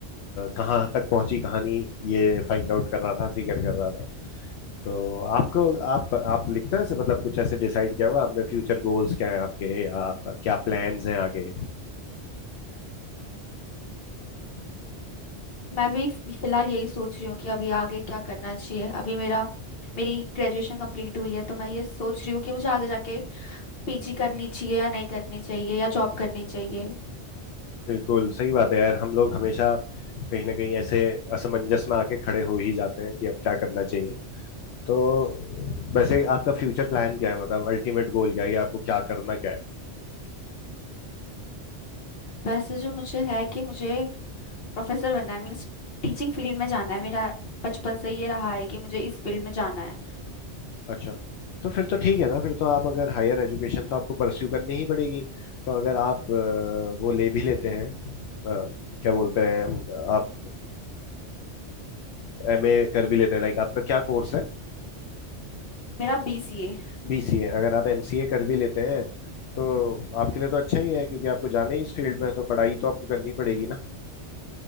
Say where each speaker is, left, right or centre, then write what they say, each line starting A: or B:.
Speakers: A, on the left; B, on the left.
A: कहाँ तक पहुंची कहानी ये फाइंड आउट कर रहा था फिगर कर रहा था तो आपको आप आप लिखते हो ऐसे मतलब कुछ ऐसे डिसाइड किया हुआ आपने फ्यूचर गोल्स क्या है आपके या आपका क्या प्लान्स हैं आगे
B: मैं भी फ- फिलहाल यही सोच रही हूँ कि अभी आगे क्या करना चाहिए अभी मेरा मेरी ग्रेजुएशन कंप्लीट हुई है तो मैं ये सोच रही हूँ कि मुझे आगे जाके पीजी करनी चाहिए या नहीं करनी चाहिए या जॉब करनी चाहिए
A: बिल्कुल सही बात है यार हम लोग हमेशा कहीं ना कहीं ऐसे असमंजस में आके खड़े हो ही जाते हैं कि अब क्या करना चाहिए तो वैसे आपका फ्यूचर प्लान क्या है मतलब अल्टीमेट गोल क्या है या आपको क्या करना क्या है
B: वैसे जो मुझे है कि मुझे प्रोफेसर बनना है मीन्स टीचिंग फील्ड में जाना है मेरा बचपन से ये रहा है कि मुझे इस फील्ड में जाना है
A: अच्छा तो फिर तो ठीक है ना फिर तो आप अगर हायर एजुकेशन तो आपको परस्यू करनी ही पड़ेगी तो अगर आप अ, वो ले भी लेते हैं अ, क्या बोलते हैं आप एमए कर भी लेते हैं लाइक आपका क्या कोर्स है
B: मेरा बीसीए
A: बीसीए अगर आप एमसीए कर भी लेते हैं तो आपके लिए तो अच्छा ही है क्योंकि आपको जाना ही इस फील्ड में है, तो पढ़ाई तो आपको करनी पड़ेगी ना